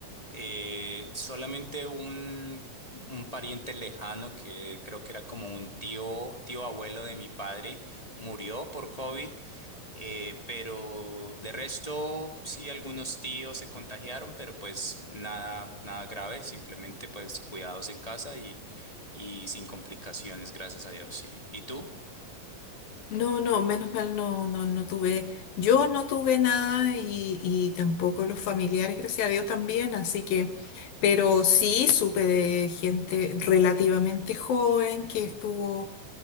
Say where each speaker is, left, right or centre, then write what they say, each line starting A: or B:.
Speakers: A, on the left (about 30°); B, on the left (about 80°).
A: eh, solamente un, un pariente lejano que creo que era como un tío, tío abuelo de mi padre, murió por COVID Eh, pero de resto, sí, algunos tíos se contagiaron, pero pues nada, nada grave, simplemente pues cuidados en casa y, y sin complicaciones, gracias a Dios, sí. ¿Y tú?
B: No, no, menos mal no, no, no tuve, yo no tuve nada y, y tampoco los familiares, gracias a Dios también, así que, pero sí supe de gente relativamente joven que estuvo